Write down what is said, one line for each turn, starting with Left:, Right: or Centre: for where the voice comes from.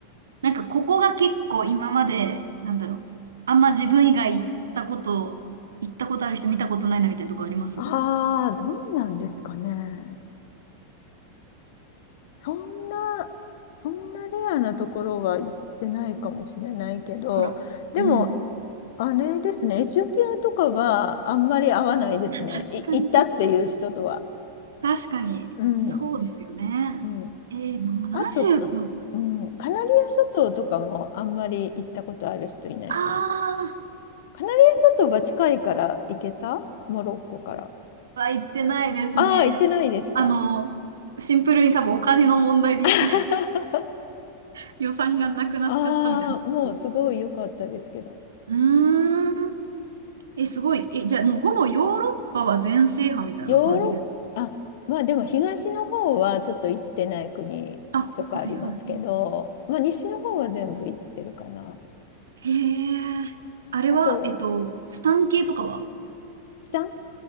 Right: なんかここが結構今まで、なんだろう、あんま自分以外行ったこと、行ったことある人見たことないなみたいなとこあります
Left: ああ、どうなんですかね。そんな、そんなレアなところは行ってないかもしれないけど、
Right: ほら。
Left: でも、
Right: うん。
Left: あれですね、エチオピアとかはあんまり合わないですね。
Right: 確かにそっか。
Left: い、行ったっていう人とは。
Right: 確かに。
Left: うん。
Right: そうですよね。
Left: うん。
Right: えー、70か。
Left: あと、かうん、カナリア諸島とかもあんまり行ったことある人いないかもしれない。
Right: あ
Left: カナリア諸島は近いから行けたモロッコから。
Right: あ、は行ってないですね。
Left: ああ、行ってないですか。
Right: あの、シンプルに多分お金の問題で行ってないです。
Left: <laughs>
Right: <laughs> 予算がなくなっちゃったみたいな感じです。
Left: ああ、もうすごい良かったですけど、
Right: うーん。え、すごい。え、じゃあもうほぼヨーロッパは全制覇みたいな感じです
Left: ヨーロッパ、あ、まあでも東の方はちょっと行ってない国とかありますけど、
Right: あ、はいはい。うん
Left: まあ西の方は全部行ってるかな。
Right: へえ。あれは、
Left: あと、
Right: えっと、スタン系とかは
Left: スタン